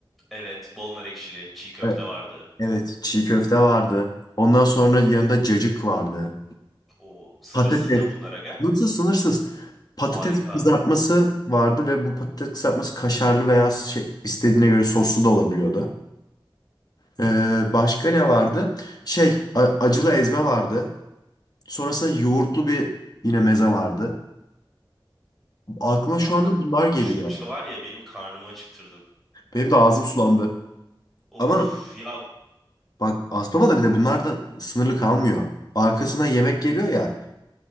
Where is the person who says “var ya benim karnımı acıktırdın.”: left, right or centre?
Centre